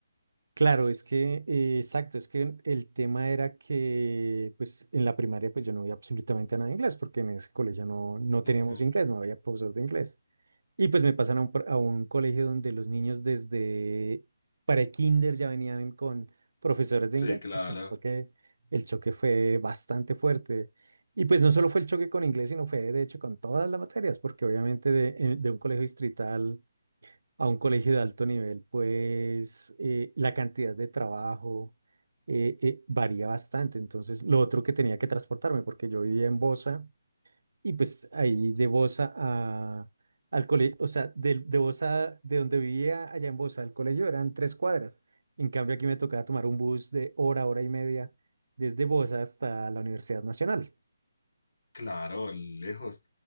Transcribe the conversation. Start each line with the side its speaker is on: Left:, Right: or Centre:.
Right: Claro, es que, eh, exacto, es que el tema era que pues en la primaria pues yo no veía absolutamente nada de inglés porque en ese colegio no, no teníamos
Left: Ujú.
Right: inglés, no había profesor de inglés. Y pues me pasan a un, pr- a un colegio donde los niños desde pre-kinder ya venían con profesores de
Left: Sí,
Right: inglés.
Left: claro.
Right: Pues el choque, el choque fue bastante fuerte. Y pues no solo fue el choque con inglés, sino fue de hecho con todas las materias, porque obviamente de, eh, de un colegio distrital a un colegio de alto nivel, pues eh, la cantidad de trabajo eh, eh, varía bastante. Entonces, lo otro que tenía que transportarme, porque yo vivía en Bosa. Y pues ahí de Bosa a, al colegio, o sea, de, de Bosa, de donde vivía allá en Bosa al colegio eran tres cuadras. En cambio aquí me tocaba tomar un bus de hora, hora y media desde Bosa hasta la Universidad Nacional.
Left: Claro, lejos.